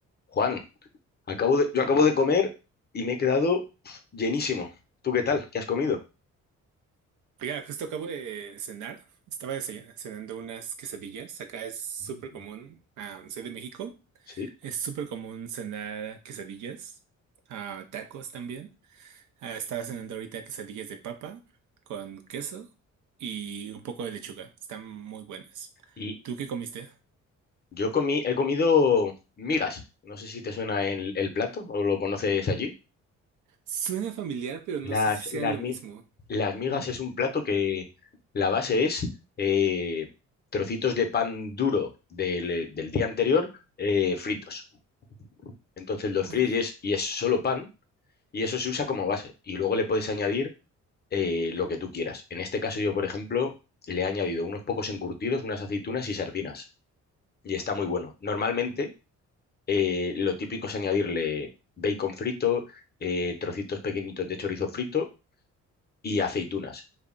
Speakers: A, on the left; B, on the right.
A: Juan, acabo de, yo acabo de comer y me he quedado pf, llenísimo. ¿Tú qué tal? ¿Qué has comido?
B: Mira, justo acabo de cenar. Estaba dese- cenando unas quesadillas. Acá es súper
A: Mm.
B: común. ah, soy de México.
A: Sí.
B: Es súper común cenar quesadillas. ah, tacos también. Ah, estaba cenando ahorita quesadillas de papa con queso y un poco de lechuga. Están muy buenas.
A: Y
B: ¿Tú qué comiste?
A: yo comí, he comido migas. No sé si te suena el, el plato o lo conoces allí.
B: Suena familiar, pero
A: Las,
B: no sé si sea
A: las,
B: lo
A: mi-
B: mismo.
A: las migas
B: Ujú.
A: es un plato que la base es eh, trocitos de pan duro del, del día anterior eh, fritos. Entonces los
B: Órale.
A: fríes y es solo pan y eso se usa como base. Y luego le puedes añadir eh, lo que tú quieras. En este caso yo, por ejemplo, le he añadido unos pocos encurtidos, unas aceitunas y sardinas. Y está muy bueno. Normalmente eh, lo típico es añadirle bacon frito, eh, trocitos pequeñitos de chorizo frito y aceitunas.